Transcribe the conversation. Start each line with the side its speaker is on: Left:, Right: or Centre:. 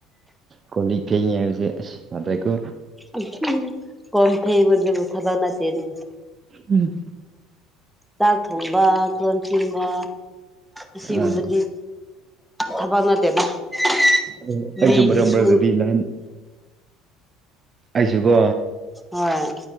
Right: ꯀ‌ꯣꯜꯂꯤꯛ ꯐꯦꯡꯉꯤ ꯍꯥꯏꯕꯁꯦ ꯑꯁ ꯌꯥꯗ꯭ꯔ‌ꯦꯀꯣ
Centre: ꯎꯝ ꯍꯨꯝ ꯀꯣꯟ ꯐꯦꯡꯕꯗꯨꯕꯨ ꯊꯕꯛ ꯅꯠꯇꯦꯅꯦ
Right: ꯎꯝ
Centre: ꯆꯥꯛ ꯊꯣꯡꯕ ꯀꯣꯟ ꯐꯦꯡꯕ ꯑꯁꯤꯒꯨꯝꯕꯗꯤ
Right: ꯑꯥ
Centre: ꯊꯕꯛ ꯅꯠꯇꯦꯗ <unintelligible>
Right: ꯑꯣ ꯑꯩꯁꯨ
Centre: ꯃꯤꯗꯤ
Right: ꯃꯔꯛ ꯃꯔꯛꯇꯗꯤ
Centre: ꯁꯨ
Right: ꯅꯍꯥꯟ ꯑꯩꯁꯨꯒꯣ
Centre: ꯍꯣꯏ